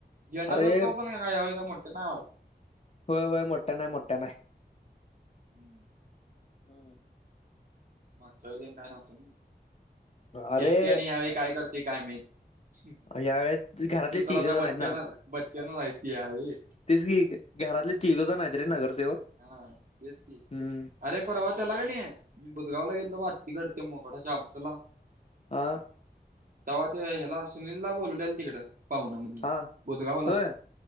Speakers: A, on the right; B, on the left.
A: झेंडा
B: अरे
A: जोगतो पण का का यावेळी काय मोठ नाह.
B: होय.. होय.. मोठ्य नाय.. मोठ्य नाय..
A: हम्म
B: हम्म.
A: मागच्या वेळी काय नव्हतं,
B: अरे
A: एस. ष्टी. आणि ह्यावेळी काय करते काय माहित. ह्....
B: यावेळेस घरातले
A: ह्यो तर
B: तिघ
A: आता
B: जण
A: बच्चन..
B: आहेत
A: बच्चन राहिती हाये.
B: ते की घरातले तिघजण हायेत रे नगरसेवक.
A: हा तेच की.
B: हम्म
A: अरे.. परवा त्याला का नाय. बुजगावला गेलतो तर आत्तीकड ते मोकडाच्या आबच ला
B: आ..
A: तेव्हा ते ह्याला सुनिला बोलवलेल तिकडं पाहुण म्हणून
B: हा
A: बुधगावला..
B: होय